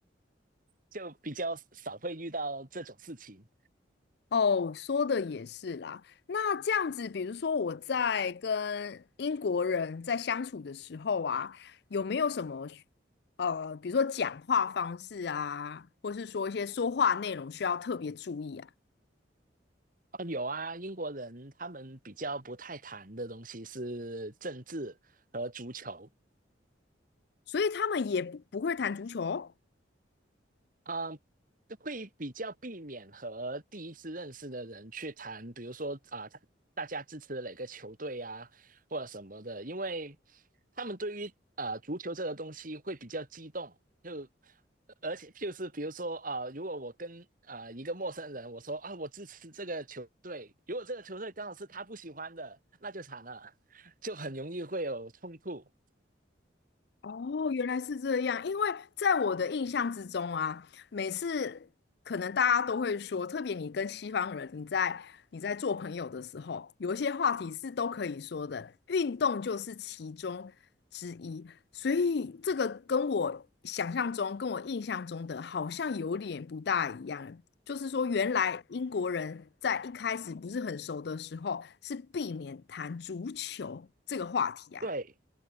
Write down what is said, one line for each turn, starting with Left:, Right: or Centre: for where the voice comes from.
Right: 就比较少会遇到这种事情。
Left: 哦，说的也是啦。那这样子，比如说我在跟英国人在相处的时候啊，有没有什么呃，比如说讲话方式啊，或是说一些说话内容需要特别注意啊？
Right: 啊，有啊，英国人他们比较不太谈的东西是政治和足球。
Left: 所以他们也不不会谈足球哦
Right: 啊、呃会比较避免和第一次认识的人去谈，比如说啊、他大家支持哪个球队啊，或者什么的，因为他们对于呃足球这个东西会比较激动，就而且就是比如说啊、呃如果我跟啊、呃一个陌生人我说啊我支持这个球队，如果这个球队刚好是他不喜欢的，那就惨了，就很容易会有冲突。
Left: 哦，原来是这样。因为在我的印象之中啊，每次可能大家都会说，特别你跟西方人，你在你在做朋友的时候，有一些话题是都可以说的，运动就是其中之一。所以这个跟我想象中、跟我印象中的好像有点不大一样。就是说，原来英国人在一开始不是很熟的时候，是避免谈足球这个话题啊。
Right: 对。